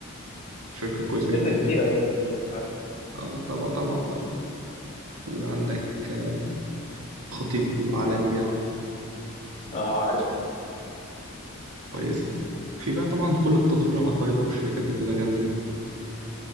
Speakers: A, on the right (about 85°); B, on the left (about 30°).
A: شركة كويسة
B: شركة
A: جدا
B: كبيرة دار الهندسة
A: آه، طبعا طبعا طبعا وعندك آه، خطيب وعلامي دي أنا عارفها
B: اه عارفها طبعا
A: كويس في بقى طبعا كل التطوير العقاري بقى والشركات دي كلها جامدة جدا